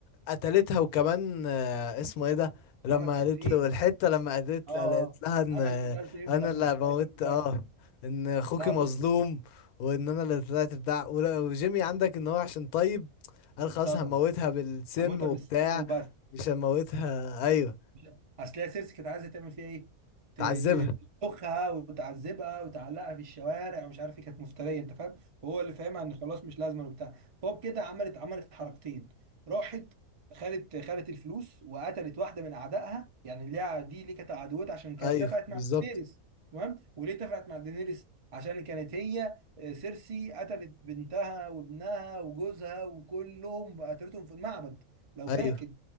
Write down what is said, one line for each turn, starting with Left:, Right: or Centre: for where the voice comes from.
Left: قتلتها وكمان آه، اسمه ايه ده لما
Right: عملت حاجتين
Left: قالت له الحتة لما قالت
Right: اه آه،
Left: قالت لها ان
Right: انا
Left: آه،
Right: اللي قتلت ابنك
Left: انا اللي
Right: ومش
Left: موت
Right: عارف ايه وبتاع.
Left: اه ان اخوكي
Right: لا
Left: مظلوم
Right: بص
Left: وان انا اللي طلعت بتاع ولا- وجيمي عندك ان هو عشان طيب قال خلاص
Right: اتصدم
Left: هموتها بالسم
Right: هموتها
Left: وبتاع
Right: بالسم وبس
Left: مش هموتها ايوه
Right: لا. اصل هي سيرسي كانت عايزه تعمل فيها ايه ت-
Left: تعذبها
Right: ت- تخها وتعذبها وتعلقها في الشوارع ومش عارف ايه كانت مفتريه انت فاهم وهو اللي فاهمها ان خلاص مش لازمه وبتاع فهو كده عملت عملت حركتين راحت خدت خدت الفلوس وقتلت واحده من اعدائها يعني ليها دي اللي كانت عدوتها عشان كانت
Left: ايوه
Right: اتفقت
Left: بالظبط
Right: مع دينيريس تمام وليه اتفقت مع دينيريس عشان كانت هي آه، سيرسي قتلت بنتها وابنها وجوزها وكلهم قتلتهم في المعبد لو
Left: ايوه
Right: فاكر